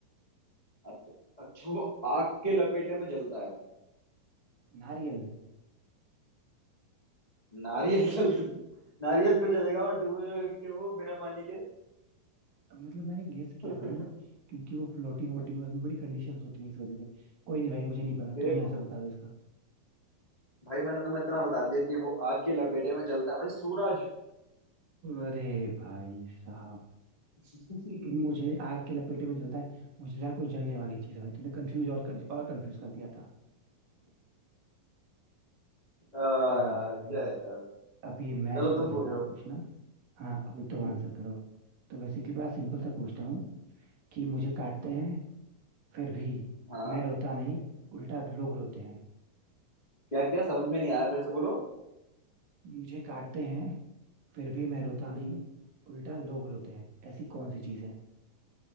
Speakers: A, on the left; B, on the right.
A: अच्छा अच्छा, वो आग के लपेटे में जलता है
B: नारियल
A: नारियल <laughs> जल नारियल क्यों जलेगा और डूबेगा क्यों वो बिना पानी के
B: मतलब मैंने गेस किया
A: <laughs>
B: भाई क्योंकि वो फ्लोटिंग वोटिंग उसमें बड़ी कंडीशंस होती हैं इस वजह से कोई नहीं भाई मुझे नहीं पता
A: देखो
B: तुम ही आंसर बता दो इसका
A: भाई मैंने तुम्हें इतना बता दिया कि वो आग के लपेटे में जलता है भाई सूरज
B: अरे भाई साहब
A: <laughs>
B: मुझे आग के लपेटे में जलता है मुझे लगा कोई जलने वाली चीज है भाई तुमने कंफ्यूज और कर और कंफ्यूज कर दिया था
A: आ,
B: कोई बात नहीं भाई
A: यार क्या
B: अभी मैं
A: चलो
B: शुरू
A: तुम
B: करता
A: पूछो
B: हूँ पूछना हाँ अभी तुम
A: हम्म,
B: आंसर करो तो बेसिकली बड़ा सिंपल सा पूछता हूँ कि मुझे काटते हैं फिर भी
A: हाँ
B: मैं रोता नहीं उल्टा लोग रोते हैं
A: क्या क्या समझ में नहीं आया फिर से बोलो
B: मुझे काटते हैं फिर भी मैं रोता नहीं
A: हम्म।
B: उल्टा लोग रोते हैं ऐसी कौन सी चीज़ है